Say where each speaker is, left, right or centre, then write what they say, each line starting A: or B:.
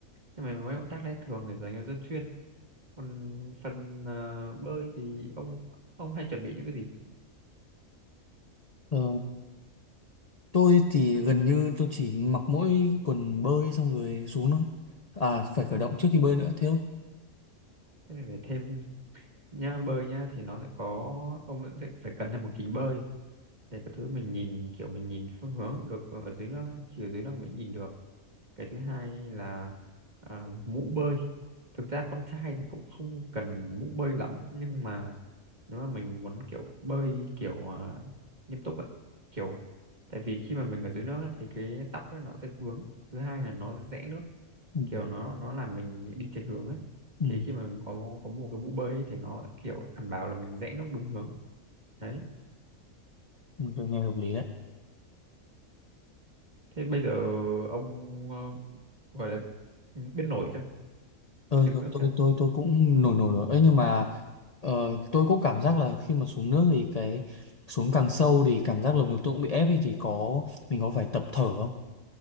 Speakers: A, on the right; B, on the left.
A: nhưng mà mấy động tác đấy thường để dành cho dân chuyên còn phần ờ, bơi thì ông ông hay chuẩn bị những cái gì
B: Ờ, tôi thì gần như tôi chỉ mặc mỗi quần bơi xong rồi xuống thôi à phải khởi
A: ừ,
B: động trước khi bơi nữa thế thôi.
A: thế này phải thêm nha bơi nha thì nó sẽ có ông sẽ phải cần thêm một kính bơi để cái thứ mình nhìn kiểu mình nhìn phương hướng được ở dưới nước ấy. Chỉ ở dưới nước mới nhìn được cái thứ hai là à, mũ bơi thực ra con trai thì cũng không cần mũ bơi lắm nhưng mà nếu mà mình muốn kiểu bơi kiểu à, nghiêm túc ấy kiểu tại vì khi mà mình ở dưới nước ấy, thì cái tóc ấy nó sẽ vướng thứ hai là nó sẽ rẽ nước
B: Ừ.
A: kiểu nó nó làm mình đi chệch hướng ấy
B: Ừ,
A: thì khi mà mình có có một cái mũ bơi ấy, thì nó kiểu đảm bảo là mình rẽ nước đúng hướng đấy
B: tôi nghe hợp lý đấy.
A: Thế bây giờ ông ờ, gọi là ừ, biết nổi chưa?
B: Tôi
A: Biết đứng
B: tôi
A: nước
B: tôi
A: chưa?
B: tôi, tôi cũng nổi nổi rồi. Ấy nhưng mà ờ, tôi cũng cảm giác là khi mà xuống nước thì cái xuống càng sâu thì cảm giác lồng ngực tôi cũng bị ép ấy thì có mình có phải tập thở không?